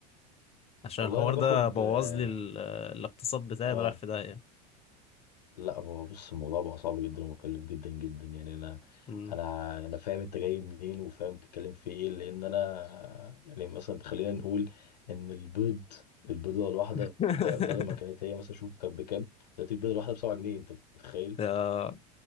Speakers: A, on the left (about 30°); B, on the left (about 80°).
A: عشان
B: والله
A: الحوار
B: انا باخد
A: ده بوظ
B: آه...
A: لي ال- الاقتصاد بتاعي
B: آه،
A: ده رايح في داهية
B: لا هو بص الموضوع بقى صعب جدا ومكلف جدا جدا يعني انا
A: مم.
B: انا انا فاهم انت جاي منين وفاهم تتكلم في ايه لان انا يعني مثلا خلينا نقول ان البيض البيضه الواحده
A: <laughs>
B: بدل ما كانت هي مثلا شوف كانت بكام دلوقتي البيضه الواحده ب 7 جنيه انت متخيل
A: آه،